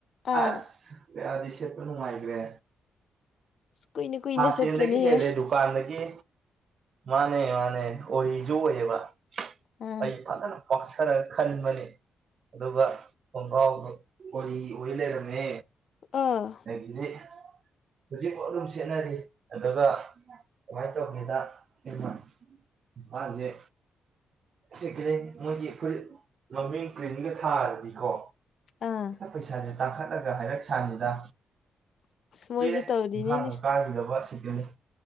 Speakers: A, on the left; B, on the right.
A: ꯑꯥ
B: ꯑꯁ ꯀꯌꯥꯗꯤ ꯁꯦꯠꯄꯥ ꯅꯨꯡꯉꯥꯏꯒ꯭ꯔꯦ
A: ꯀꯨꯏꯅ ꯀꯨꯏꯅ
B: ꯐꯥꯁ
A: ꯆꯠꯄꯅꯤꯍꯦ
B: ꯍꯦꯟꯗꯒꯤ ꯍꯦꯜꯂꯦ ꯗꯨꯀꯥꯟꯗꯒꯤ ꯃꯥꯅꯦ ꯃꯥꯅꯦ ꯑꯣꯔꯤꯖꯨ ꯑꯣꯏꯌꯦꯕ
A: ꯑꯥ
B: ꯑꯩ ꯐꯥꯖꯅ ꯄꯥꯛꯊꯔꯒ ꯈꯟꯕꯅꯤ ꯑꯗꯨꯒ ꯈꯣꯡꯐꯥꯎꯗꯣ ꯑꯣꯔꯤ ꯑꯣꯏ ꯂꯩꯔꯝꯃꯦ
A: ꯑꯥ
B: ꯑꯗꯒꯤꯗꯤ ꯍꯧꯖꯤꯛ ꯕꯧ ꯑꯗꯨꯝ ꯆꯦꯠꯅꯔꯤ ꯑꯗꯨꯒ ꯀꯃꯥꯏꯅ ꯇꯧꯒꯦꯗ <unintelligible> ꯃꯥꯁꯦ ꯁꯤꯀꯦꯂꯦꯟ ꯃꯣꯏꯒꯤ ꯐꯨꯔꯤꯠ ꯃꯃꯤꯡ ꯄ꯭ꯔꯤꯟꯒ ꯊꯥꯔꯗꯤꯀꯣ
A: ꯑꯥ
B: ꯄꯩꯁꯥꯁꯦ ꯇꯥꯡꯈꯠꯂꯒ ꯍꯥꯏꯔꯛ ꯁꯥꯅꯤꯗ
A: ꯃꯣꯏꯁꯨ
B: ꯀꯨꯏꯔꯦ
A: ꯇꯧꯔꯤꯅꯤꯅꯦ
B: ꯏꯝꯐꯥꯟꯒ ꯀꯥꯈꯤꯗꯕ ꯁꯦꯀꯦꯟꯍꯦꯟ